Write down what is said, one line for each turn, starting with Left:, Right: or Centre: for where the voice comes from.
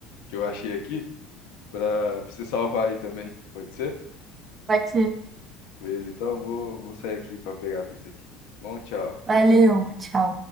Left: que eu achei aqui pra, pra você salvar aí também. Pode ser?
Right: pode ser.
Left: Beleza, então vou, vou sair aqui pra pegar a pizza aqui. Tá bom? Tchau.
Right: Valeu, tchau.